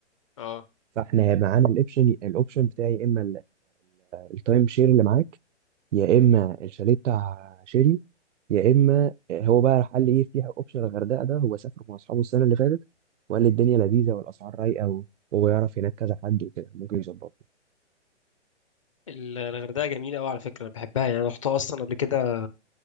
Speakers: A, on the left; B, on the right.
A: اه
B: فاحنا هيبقى معانا الاوبشن الاوبشن بتاعي يا اما التايم شير اللي معاك يا اما الشاليه بتاع شيري يا اما هو بقى راح قال لي ايه في اوبشن الغردقه ده هو سافر مع اصحابه السنه اللي فاتت وقال لي الدنيا لذيذه والاسعار رايقه و- وهو يعرف هناك كذا حد وكده ممكن يظبطه
A: ال- الغردقه جميله قوي على فكره انا بحبها يعني انا رحتها اصلا قبل كده